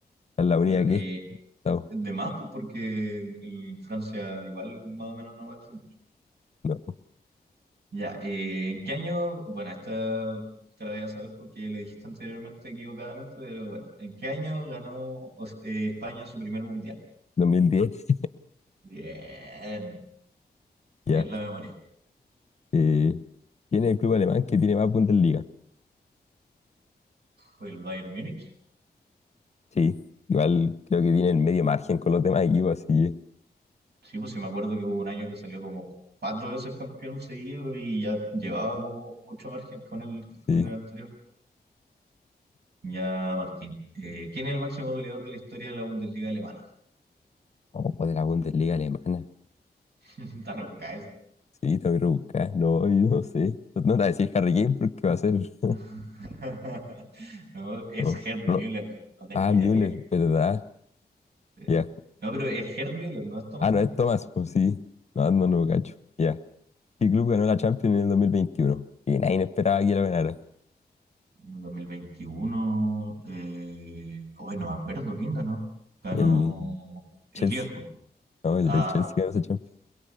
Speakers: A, on the left; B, on the right.
A: Es la única
B: bueno, eh,
A: que no,
B: de más, pues, porque el, el Francia igual más o menos no va al fútbol.
A: <laughs> no,
B: Ya, eh, ¿en qué año? Bueno, esta te la voy a saber porque lo dijiste anteriormente equivocadamente, pero bueno, ¿en qué año ganó o s- eh, España su primer mundial?
A: 2010.
B: Bien, está
A: ya.
B: bien la memoria.
A: Eh, ¿quién es el club alemán que tiene más puntos en liga?
B: ¿Fue el Bayern Múnich?
A: Sí, igual creo que tiene el medio margen con los demás equipos, así que
B: Sí, pues sí me acuerdo que hubo un año que salió como cuatro veces campeón seguido y ya llevaba como mucho margen con el,
A: sí.
B: con el anterior. Ya, Martín. Eh, ¿quién es el máximo goleador de la historia de la Bundesliga alemana?
A: ¿Cómo puede la Bundesliga alemana?
B: <laughs> Está rebuscada esa.
A: Sí, te voy a rebuscar. No, yo no sé. No te voy a decir Harry Kane porque va a ser. <laughs>
B: <laughs> No, es
A: No,
B: Gerd Müller.
A: no.
B: No tengo
A: Ah,
B: idea
A: Müller, ¿verdad?
B: Eh,
A: Ya.
B: No, pero es Gerd Müller, no es Thomas
A: Ah, no,
B: Müller.
A: es Thomas, pues sí. No, no, no, cacho. Ya. ¿Qué club ganó la Champions en el 2021 Y nadie esperaba que la ganara.
B: En 2021, eh, hoy no me acuerdo quién ganó. Ganó
A: El
B: el
A: Chelsea.
B: Liverpool.
A: No, el,
B: Ah,
A: el Chelsea ganó esa
B: sí.
A: Champions.